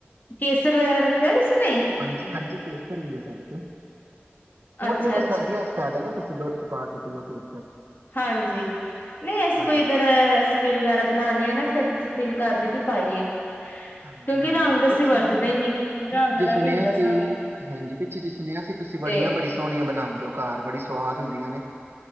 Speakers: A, on the left (about 50°); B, on the right (about 65°).
A: ਕੇਸਰ ਵਗੈਰਾ ਰੱਖਿਆ ਤੁਸੀਂ ਨਹੀਂ?
B: ਹਾਂਜੀ ਹਾਂਜੀ ਕੇਸਰ ਵੀ ਹੈ ਸਾਡੇ ਕੋਲ। ਉਹ
A: ਅੱਛਾ
B: ਤੇ ਦੇਖੋ ਸਰਦੀਆਂ ਚ ਪੈ ਜਾਣਾ ਤੁਸੀਂ ਦੁੱਧ ਚ ਪਾ ਕੇ ਪੀ ਓਕੇ
A: ਹਾਂਜੀ ਨਹੀਂ ਅਸੀਂ
B: ਹਾਂਜੀ
A: ਕੋਈ ਇੱਧਰ ਰੈਸਪੀ ਵਗੈਰਾ ਬਣਾਣੀ ਹੈ ਨਾ ਫਿਰ ਦਿਲ ਕਰਦੇ ਕਿ ਪਾਈਏ
B: ਹਾਂਜੀ
A: ਕਿਉਂਕਿ
B: ਹਾਂਜੀ
A: ਰੰਗ ਅਸੀਂ
B: ਪਿੱਛੇ
A: ਵਰਤਦੇ
B: ਜੀ
A: ਨੀ
B: ਪਿੱਛੇ
A: ਰੰਗ
B: ਜੀ
A: ਦਾ
B: ਸੁਣਿਆ
A: ਨੀ ਹੁੰਦਾ ਸਾਨੂੰ
B: ਸੀ ਹਾਂਜੀ ਪਿੱਛੇ ਜੀ ਸੁਣਿਆ ਸੀ ਤੁਸੀਂ ਵੜੀਆਂ
A: ਤੇ
B: ਬੜੀ ਸੋਹਣੀਆਂ ਬਣਾਉਂਦੇ ਹੋ ਘਰ ਬੜੀ ਸੁਆਦ ਹੁੰਦੀਆਂ ਨੇ